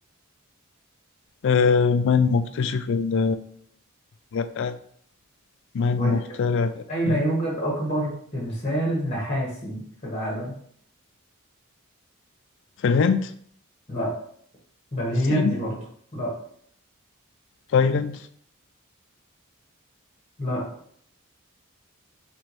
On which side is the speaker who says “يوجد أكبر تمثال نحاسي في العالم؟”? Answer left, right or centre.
Left